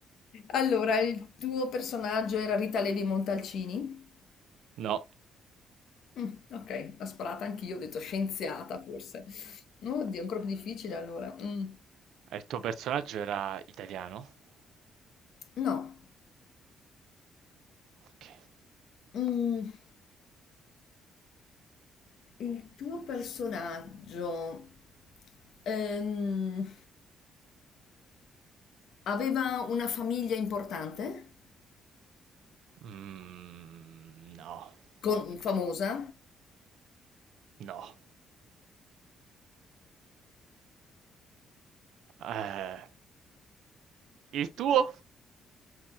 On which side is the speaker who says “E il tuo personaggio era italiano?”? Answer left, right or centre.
Right